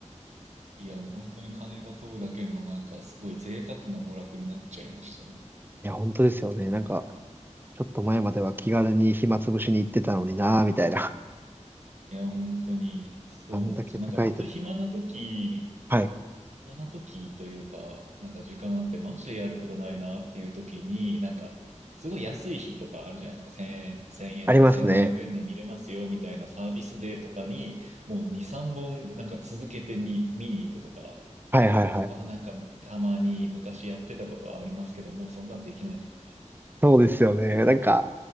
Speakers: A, on the right; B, on the right.
A: いや、もう本当に金が飛ぶだけの、なんかすごい贅沢な娯楽になっちゃいましたね。
B: いや、本当ですよね。なんか、ちょっと前までは気軽に暇つぶしに行ってたのになぁ、みたいな。
A: いや、本当に、
B: <laughs>
A: そうなんですよ。
B: あんだけ高いと。
A: なんか本当に暇な時、
B: はい。
A: 暇な時というか、なんか時間あって、マジでやることないなっていう時に、なんか、すごい安い日とかあるじゃないですか。1000、円とか1500円で見れますよみたいなサービスデーとかに、
B: ありますね。
A: もう2、3本なんか続けて見、見に行くとか、
B: はいはいはい。
A: は、なんか、たまに昔やってたことはありますけど、もうそんなんできないですね。
B: そうですよね。なんか、